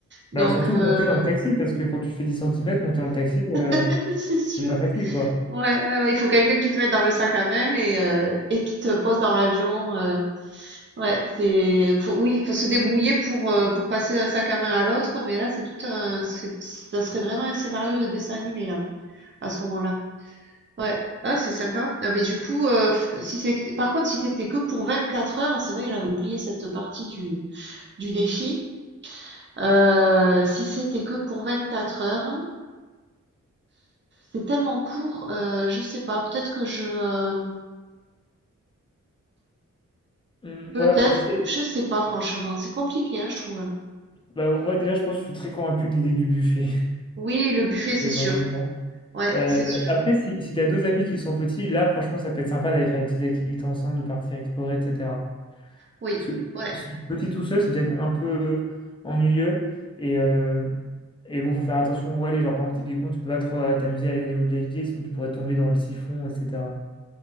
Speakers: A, on the right; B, on the left.
A: Donc,
B: Bah, surtout
A: heu,
B: monter dans le taxi, parce que quand tu fais 10 cm, monter dans le taxi, euh,
A: <laughs> c'est sûr.
B: c'est pas facile, quoi.
A: Ouais, ouais, ouais, il faut quelqu'un qui te mette dans le sac à main et heu, et qui te pose dans l'avion, heu Ouais, c'est faut, oui, faut se débrouiller pour euh, pour passer d'un sac à main à l'autre, mais là c'est tout un c'est- ça serait vraiment un scénario de dessin animé là à ce moment-là. Ouais. Ah, c'est sympa. Ah, mais du coup euh, f- si c'est que t'es- par contre si t'étais que pour 24 heures, c'est vrai que j'avais oublié cette partie du du défi. Euh, si c'était que pour 24 heures, c'est tellement court, euh, je sais pas, peut-être que je euh,
B: Hmm,
A: peut-être
B: Moi, je sais.
A: je sais pas franchement, c'est compliqué hein, je trouve.
B: Bah, moi, déjà, je pense que je suis très convaincu de l'idée du buffet. <laughs>
A: Oui, le buffet
B: Ça
A: c'est
B: peut être
A: sûr.
B: vraiment débat.
A: Ouais,
B: Euh,
A: c'est sûr.
B: après, si, si t'as deux amis qui sont petits, là, franchement, ça peut être sympa d'aller faire des petites activités ensemble, de partir explorer, etc.
A: Oui,
B: Parce que
A: ouais,
B: s- petit tout seul, c'est peut-être un peu ennuyeux. Et, euh, et bon, faut faire attention où aller. Genre, par exemple, typiquement, tu peux pas trop euh, t'amuser à aller au niveau de l'évier, sinon tu pourrais tomber dans le siphon, etc.